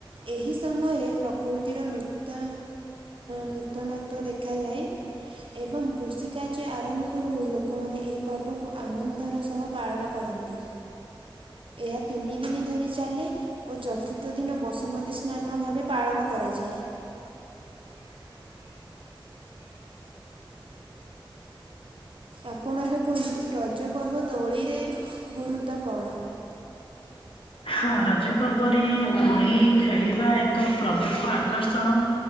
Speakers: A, on the right (about 75°); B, on the left (about 85°).
A: ଏହି ସମୟରେ ପ୍ରକୃତିର ନୃତ୍ୟ ନୂତନତଵ ଦେଖାଯାଏ ଏବଂ କୃଷି କାର୍ଯ୍ୟ ଆରମ୍ଭ ପୂର୍ବରୁ ଲ ଲୋକମାନେ ଏହି ପର୍ବକୁ ଆନନ୍ଦର ସହ ପାଳନ କରନ୍ତି। ଏହା ତିନି ଦିନ ଧରି ଚାଲେ। ଓ ଚତୁର୍ଥ ଦିନ ବସୁମତୀ ସ୍ନାନ ଭାବେ ପାଳନ କରାଯାଏ। ଆପଣ ଏବେ କୁହନ୍ତୁ ରଜ ପର୍ବ ଦୋଳିରେ ଗୁରୁତ୍ୱ କଣ?
B: ହଁ ରଜ ପର୍ବରେ ଦୋଳି ଖେଳିବା ଏକ ପ୍ରମୁଖ ଆକର୍ଷଣ